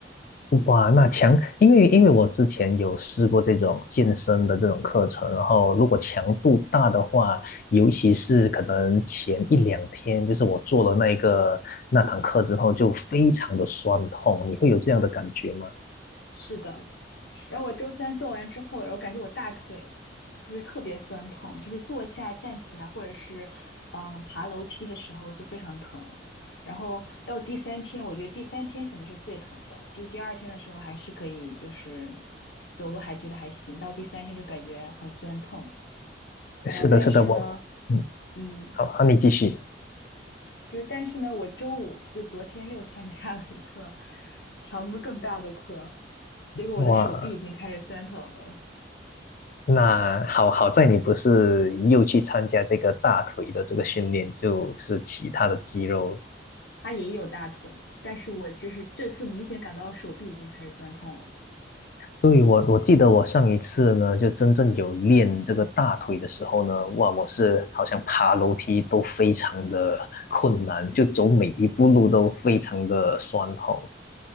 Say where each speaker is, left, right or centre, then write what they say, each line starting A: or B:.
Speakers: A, on the left; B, on the left.
A: 哇，那强，因为因为我之前有试过这种健身的这种课程，然后如果强度大的话，尤其是可能前一两天，就是我做了那一个那堂课之后，就非常的酸痛，你会有这样的感觉吗？
B: 是的，然后我周三做完之后，然后感觉我大腿就是特别酸痛，就是坐下、站起来或者是嗯爬楼梯的时候就非常疼。然后到第三天，我觉得第三天可能是最疼的，就第二天的时候还是可以，就是走路还觉得还行，到第三天就感觉很酸痛。
A: <laughs> 是的，
B: 然后但是呢，
A: 是的，我，嗯，
B: 嗯，
A: 好，好，你继续。
B: 就是但是呢，我周五就昨天又参加了一个强度更大的课，结果我的手臂已经开始酸疼了。
A: 哇，那好好在你不是又去参加这个大腿的这个训练，就是其他的肌肉。
B: 他也有大腿，但是我这是这次明显感到手臂已经开始酸痛了。
A: 对，我我记得我上一次呢，就真正有练这个大腿的时候呢，哇，我是好像爬楼梯都非常的困难，就走每一步路都非常的酸痛。